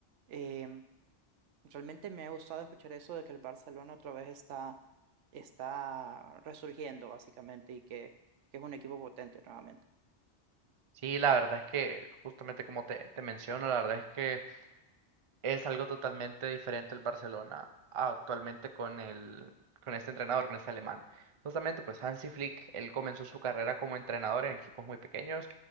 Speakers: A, on the right (about 80°); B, on the right (about 40°).
A: em, realmente me ha gustado escuchar eso de que el Barcelona otra vez está, está resurgiendo básicamente y que, que es un equipo potente nuevamente.
B: Sí, la verdad es que justamente como te, te menciono, la verdad es que es algo totalmente diferente el Barcelona actualmente con el, con este entrenador, con este alemán. Justamente, pues Hansi Flick, él comenzó su carrera como entrenador en equipos muy pequeños